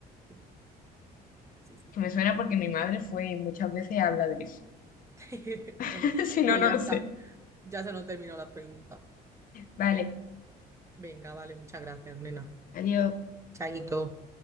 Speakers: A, on the right; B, on the left.
A: Sí, sí, sí,
B: Que
A: sí,
B: me suena
A: sí.
B: porque mi madre fue y muchas veces habla de eso.
A: <laughs> Bueno,
B: <laughs> Si no,
A: pues
B: no
A: ya
B: lo
A: está.
B: sé.
A: Ya se nos terminó las preguntas.
B: Vale,
A: Venga, vale, muchas gracias, nena.
B: adiós.
A: Chaito.